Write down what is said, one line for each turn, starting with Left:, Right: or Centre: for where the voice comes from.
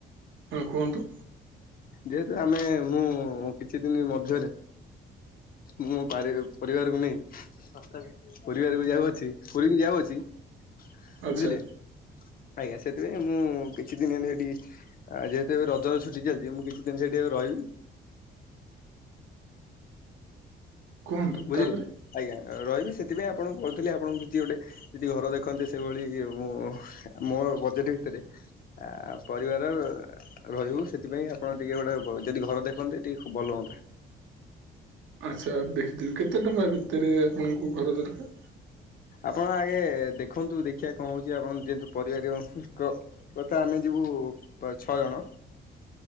Right: ହଁ କୁହନ୍ତୁ।
Left: ଯେହେତୁ ଆମେ ମୁଁ କିଛି ଦିନ ମଧ୍ୟରେ ମୁଁ ପାରି ପରିବାରକୁ ନେଇ ପରିବାରକୁ ଯାଉ ଅଛି ପୁରିଁ ଯାଉ ଅଛି ବୁଝିଲେ।
Right: ଆଚ୍ଛା
Left: ଆଜ୍ଞା ସେଥିପାଇଁ ମୁଁ କିଛି ଦିନ ଏମିତି ହେଠି ଯେହେତୁ ରଜ ଛୁଟି ଚାଲିଛି ମୁଁ କିଛି ଦିନି ସେଠି ରହିବି।
Right: କୁହନ୍ତୁ
Left: ବୁଝିଲେ
Right: ତାପରେ
Left: ଆଜ୍ଞା ରହିବି ସେଥିପାଇଁ ଆପଣଙ୍କୁ କହୁଥିଲି ଆପଣଙ୍କୁ କିଛି ଗୋଟେ ଯଦି ଘର ଦେଖନ୍ତେ ସେଇଭଳି ମୁଁ ମୋ ବଜେଟ ଭିତରେ ଆ ପରିବାର ରହିବୁ ସେଥିପାଇଁ ଆପଣ ଟିକେ ଗୋଟେ ଯଦି ଘର ଦେଖନ୍ତେ ଟିକେ ଖବ ଭଲ ହୁଅନ୍ତା।
Right: ଆଚ୍ଛା ଦେଖିଦେବି କେତେ ଟଙ୍କା ଭିତରେ ଆପଣଙ୍କୁ ଘର ଦରକାର?
Left: ଆପଣ ଆଗେ ଦେଖନ୍ତୁ ଦେଖିବା କଣ ହଉଛି ଆପଣ ଯେହେତୁ ପରିବାର କଥା ଆମେ ଯିବୁ ଛଅ ଜଣ